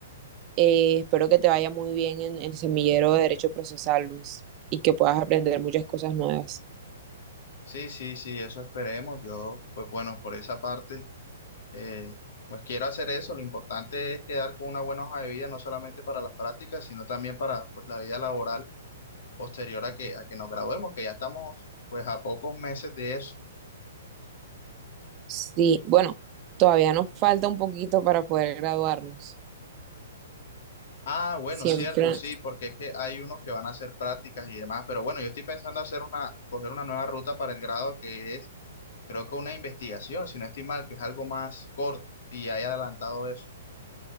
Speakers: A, on the right; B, on the left.
A: eh, espero que te vaya muy bien en el semillero de Derecho Procesal, Luis, y que puedas aprender muchas cosas nuevas.
B: Sí, sí, sí, eso esperemos. Yo, pues bueno, por esa parte, eh, pues quiero hacer eso. Lo importante es quedar con una buena hoja de vida, no solamente para las prácticas, sino también para pues, la vida laboral posterior a que, a que nos graduemos, que ya estamos pues a pocos meses de eso.
A: Sí, bueno, todavía nos falta un poquito para poder graduarnos.
B: Ah, bueno,
A: Siempre,
B: cierto, sí, porque es que hay unos que van a hacer prácticas y demás, pero bueno, yo estoy pensando hacer una, coger una nueva ruta para el grado que es, creo que una investigación, si no estoy mal, que es algo más corto y ya he adelantado eso.